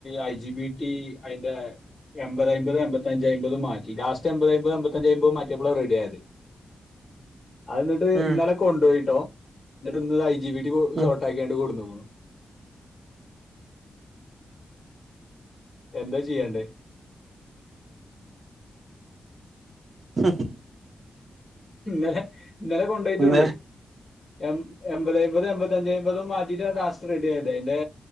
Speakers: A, on the left (about 25°); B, on the right (about 45°).
A: ഐ ജി ബി ടി അതിന്റെ എൺപത് അയ്മ്പത് എൺപത്തഞ്ചയ്മ്പത് മാറ്റി ലാസ്റ്റ് എൺപത് അയ്മ്പത് എൺപത്തഞ്ചയ്മ്പതും മാറ്റിയപ്പള റെഡി ആയത് അത് എന്നിട്ട്
B: ഉം
A: ഇന്നലെ കൊണ്ടോയിട്ടോ എന്നിട്ട് ഇന്ന് ഐ ജി ബി ടി ഷോട്ടാക്കിയാണ്ട്
B: ഉം
A: കൊണ്ടന്ന്ക്ക്ണു എന്താ ചെയ്യണ്ടേ
B: ഹ് ഹും
A: ഇന്നലെ ഇന്നലെ കൊണ്ടോയിട്ടുള്ളേ
B: ഇന്നേ
A: എ എൺപതയ്മ്പതും എൺപത്ത ഞ്ചയ്മ്പതും മാറ്റിയിട്ട ലാസ്റ്റ് റെഡി ആയത് അതിന്റെ